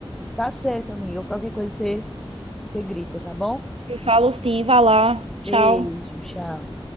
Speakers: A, in the centre; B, on the right (about 80°).
A: Tá certo, amiga. Qualquer coisa você, você grita, tá bom?
B: Eu falo sim, vai lá.
A: Beijo,
B: Tchau.
A: tchau.